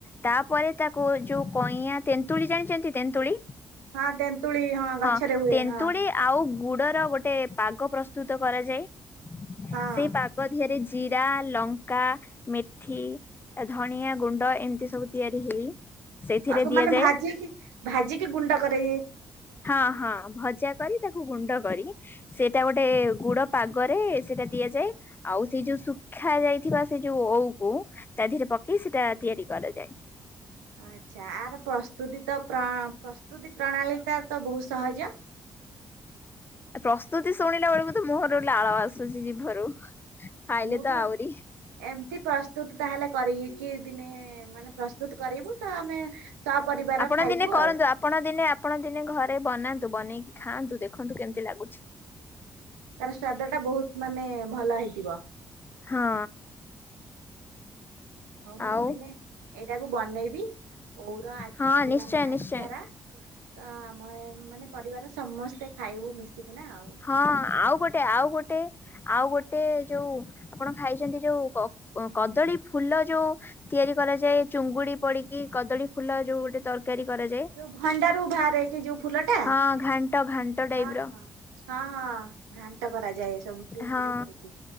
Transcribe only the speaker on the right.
ହଁ ତେନ୍ତୁଳି ହଁ। ଗଛରେ
ହୁଏ
ହଁ
ହଁ
ଆକୁ
ମାନେ ଭାଜିକି ଭାଜିକି ଗୁଣ୍ଡ କରେ।
ଆଚ୍ଛା, ଆର ପ୍ରସ୍ତୁତି ତ ପ୍ରଣ-ପ୍ରସ୍ତୁତି ପ୍ରଣାଳୀଟା ତ ବହୁତ ସହଜ।
ମୁଁ
ବି
ଏମତି ପ୍ରସ୍ତୁତ ତାହେଲେ କରିକି ଦିନେ-ଏ ମାନେ ପ୍ରସ୍ତୁତ କରିବୁ ତ, ଆମେ ସ ପରିବାର
ଖାଇବୁ
ଆଉ।
ତାର ସ୍ଵାଦ ଟା ବହୁତ ମାନେ ଭଲ ହେଇଥିବ।
ହଉ, ମୁଁ
ଦିନେ ଏଇଟାକୁ ବନେଇବି। ଓଉର ଆ
ମାନେ,
ଆଚାରା ତ ଆମ ଏ ମାନେ ପରିବାର ସମସ୍ତେ ଖାଇବୁ ମିଶିକିନା ଆଉ।
ଯୋଉ ଭଣ୍ଡାରୁ ବାହାରେ କି ଯୋଉ ଫୁଲ ଟା,
ହଁ।
ହଁ, ହଁ ଘାଣ୍ଟ କରାଯାଏ, ସବୁ ଚୁଙ୍ଗୁଡି
ପଡିକି।